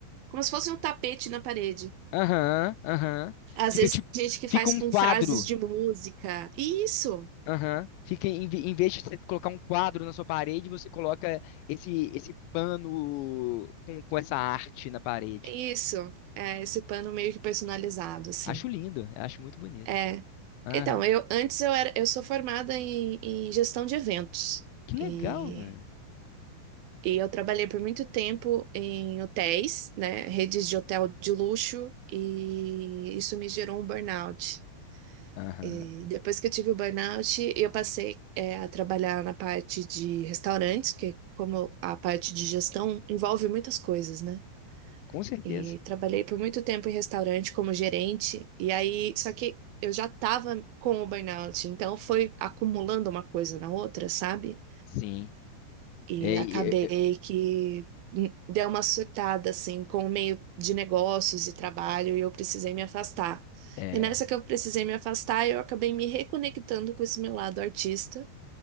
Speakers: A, on the right; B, on the left.
A: como se fosse um tapete na parede.
B: aham, aham.
A: Às
B: Fica
A: vezes
B: tipo,
A: tem gente que faz
B: fica um
A: com
B: quadro,
A: frases de música. Isso,
B: aham. Fica, em, ve- em vez de você colocar um quadro na sua parede, você coloca esse, esse pano com, com essa arte na parede.
A: isso. É esse pano meio que personalizado, assim.
B: Acho lindo, acho muito bonito.
A: É.
B: Aham,
A: Então, eu antes eu era, eu sou formada em, em gestão de eventos.
B: que legal,
A: E,
B: mano.
A: e eu trabalhei por muito tempo em hotéis, né? Redes de hotel de luxo, e isso me gerou um burnout.
B: Aham,
A: E depois que eu tive o burnout, eu passei, é, a trabalhar na parte de restaurantes, que é como a parte de gestão envolve muitas coisas, né?
B: com certeza.
A: E trabalhei por muito tempo em restaurante como gerente, e aí, só que eu já estava com o burnout, então foi acumulando uma coisa na outra, sabe?
B: Sim.
A: E
B: é,
A: acabei
B: é,
A: que hum, deu uma surtada assim com o meio de negócios e trabalho e eu precisei me afastar.
B: é. é.
A: E nessa que eu precisei me afastar, eu acabei me reconectando com esse meu lado artista.